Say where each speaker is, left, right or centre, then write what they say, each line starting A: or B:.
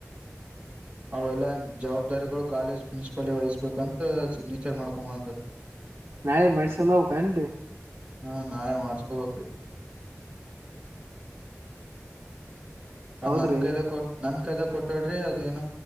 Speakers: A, on the right; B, on the right.
A: ಅವೆಲ್ಲಾ ಜವಾಬ್ದಾರಿಗಳು ಕಾಲೇಜ್ ಪ್ರಿನ್ಸಿಪಲ್ ವಹಿಸಸ್ಬೇಕಂತ ಸಿಗ್ನೇಚರ್ ಮಾಡ್ಕೊಂಬ ಅಂದ
B: ನಾಳೆ ಮಡ್ಸಂದ ಕಂಡು
A: ಹಾ ನಾಳೆ ಮಾಡ್ಸ್ಕೋಬೇಕ್ರೀ ಅದ್
B: ಹೌದ್ರಿ
A: ನನ್ ಕೈದಾಗ ಕೊ ನನ್ ಕೈದಾಗ ಕೊಟ್ಟಾಡ್ರಿ ಅದ ಏನು